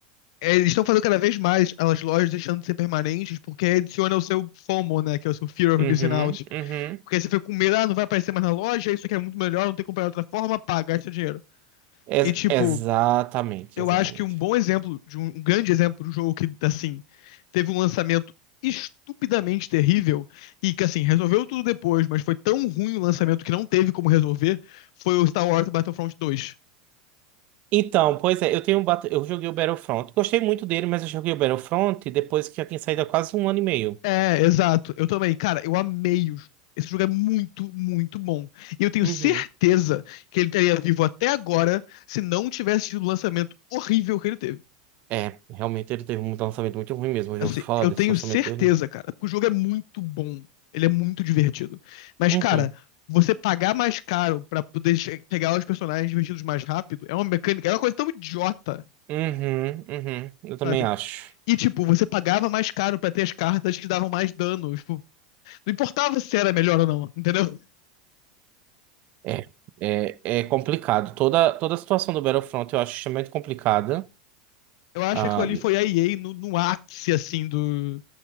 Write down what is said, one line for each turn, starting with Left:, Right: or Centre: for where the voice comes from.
Left: é, eles estão fazendo cada vez mais as lojas deixando de ser permanentes, porque adiciona o seu FOMO, né? Que é o seu Fear of
Right: Uhum,
Left: Missing Out.
Right: uhum.
Left: Porque você fica com medo, ah, não vai aparecer mais na loja, isso aqui é muito melhor, não tem que comprar de outra forma, paga, gasta dinheiro.
Right: Ex-
Left: E tipo,
Right: exatamente,
Left: Eu
Right: exatamente.
Left: acho que um bom exemplo, de um, um grande exemplo de um jogo que, assim, teve um lançamento estupidamente terrível e que, assim, resolveu tudo depois, mas foi tão ruim o lançamento que não teve como resolver, foi o Star Wars Battlefront 2.
Right: Então, pois é, eu tenho um bat- eu joguei o Battlefront. Gostei muito dele, mas eu joguei o Battlefront depois que já tinha saído há quase um ano e meio.
Left: É, exato. Eu também. Cara, eu amei o jogo. Esse jogo é muito, muito bom. E eu tenho
Right: Uhum.
Left: certeza que ele estaria vivo até agora se não tivesse tido o lançamento horrível que ele teve.
Right: É, realmente ele teve um lançamento muito ruim mesmo. Eu
Left: Assim,
Right: já ouvi falar
Left: eu
Right: desse
Left: tenho
Right: lançamento
Left: certeza,
Right: dele.
Left: cara, porque o jogo é muito bom. Ele é muito divertido. Mas,
Right: Uhum.
Left: cara, você pagar mais caro pra poder che- pegar os personagens divertidos mais rápido é uma mecânica, é uma coisa tão idiota,
Right: Uhum, uhum. Eu também
Left: sabe?
Right: acho.
Left: E, tipo, você pagava mais caro pra ter as cartas que davam mais dano. Tipo, não importava se era melhor ou não, entendeu?
Right: É, é, é complicado. Toda, toda a situação do Battlefront eu acho extremamente complicada.
Left: Eu acho
Right: Ah,
Left: que aquilo ali foi a EA no, no ápice, assim, do,